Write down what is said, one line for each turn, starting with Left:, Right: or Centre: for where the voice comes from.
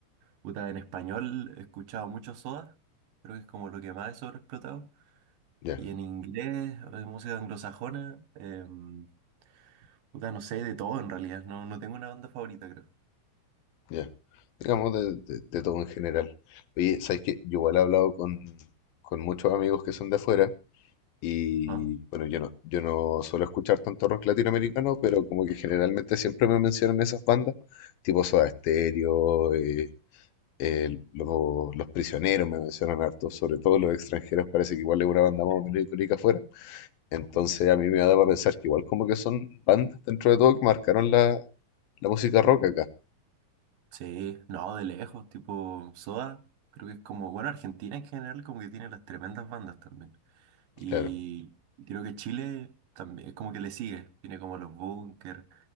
Right: puta, en español he escuchado mucho Soda, creo que es como lo que más he sobreexplotado,
Left: Ya,
Right: y en inglés, eh, música anglosajona. em, Puta, no sé, de todo en realidad. No, no tengo una banda favorita, creo.
Left: ya. Digamos de, de- de todo en general. Oye, ¿sabes qué? Yo igual he hablado con, con muchos amigos que son de afuera y
Right: Ajá.
Left: bueno, yo no, yo no suelo escuchar tanto rock latinoamericano, pero como que generalmente siempre me mencionan esas bandas, tipo Soda Stereo, eh, eh, lo- los prisioneros me mencionan harto, sobre todo los extranjeros, parece que igual es una banda más
Right: Sí,
Left: o menos icónica afuera. Entonces
Right: sí, Sí,
Left: a mí me da para pensar que igual como que son bandas dentro de todo que marcaron la, la música rock acá.
Right: Sí, no, de lejos, tipo Soda, creo que es como, bueno, Argentina en general como que tiene las tremendas bandas también. Y
Left: Claro,
Right: creo que Chile también es como que le sigue, tiene como Los Bunkers,